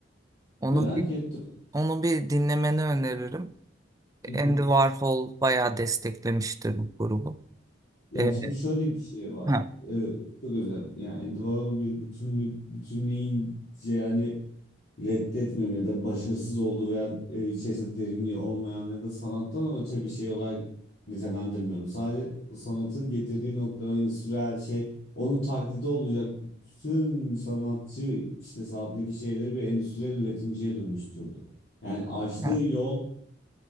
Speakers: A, on the right; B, on the left.
A: Onu
B: Merak
A: bir,
B: ettim.
A: onu bir dinlemeni öneririm.
B: Hı hı.
A: Andy Warhol bayağı desteklemiştir bu grubu.
B: Ya
A: E,
B: şimdi şöyle bir şey var.
A: ha,
B: Ee, çok özür dilerim. Yani Andy Warhol'u bir bütünlük, bütünleyici yani reddetmiyorum ya da başarısız olduğu veya e, içerisinde derinliği olmayan ya da sanattan öte bir şey olarak nitelendirmiyorum. Sadece sanatı getirdiği nokta ve endüstriyel şey onun taklidi olacak bütün sanatçı kitlesi altındaki şeyleri bir endüstriyel üretimciye dönüştürdü. Yani açtığı
A: evet.
B: yol